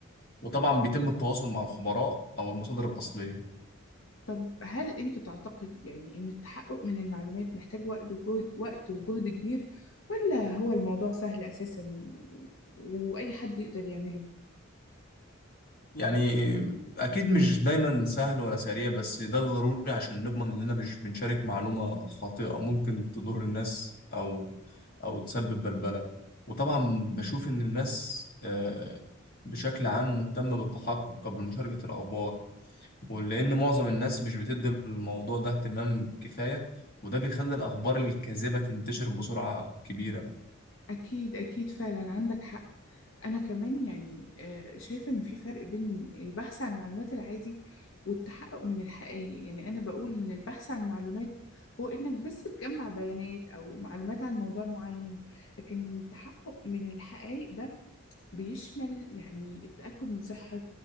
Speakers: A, on the left (about 45°); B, on the left (about 70°).
A: وطبعا بيتم التواصل مع الخبراء أو المصادر الأصلية
B: طب هل أنت تعتقد يعني إن التحقق من المعلومات محتاج وقت وجهد وقت وجهد كبير ولا هو الموضوع سهل أساسا و... وأي حد يقدر يعمله؟
A: يعني اكيد مش دايما سهل ولا سريع بس ده ضروري عشان نضمن اننا مش بنشارك معلومة خاطئة ممكن تضر الناس او او تسبب بلبلة وطبعا بشوف ان الناس آه، بشكل عام مهتمة بالتحقق قبل مشاركة الاخبار ولان معظم الناس مش بتدي الموضوع ده اهتمام كفاية وده بيخلي الاخبار الكاذبة تنتشر بسرعة كبيرة
B: أكيد أكيد فعلا عندك حق أنا كمان يعني آه، شايفة إن في فرق بين البحث عن معلومات العادي والتحقق من الحقائق يعني أنا بقول إن البحث عن معلومات هو إنك بس تجمع بيانات أو معلومات عن موضوع معين لكن التحقق من الحقائق ده بيشمل يعني التأكد من صحة